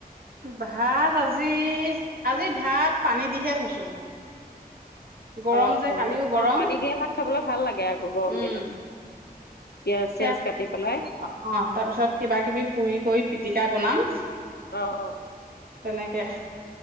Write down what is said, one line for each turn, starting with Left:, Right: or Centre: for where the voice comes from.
Right: ভাত আজি আজি ভাত পানী দিহে থৈছো গৰম
Left: অ
Right: যে
Left: অ
Right: কালিও গৰম
Left: অ পানী দিয়া ভাত খাবলৈ ভাল লাগে আকৌ গৰম
Right: উম
Left: দিনত পিয়াজ
Right: সেয়া
Left: চিয়াজ
Right: আহ
Left: কাটি পেলাই
Right: তাৰপিছত কিবা কিবি পুৰি কৰি পিটিকা বনাম
Left: অ অ
Right: তেনেকে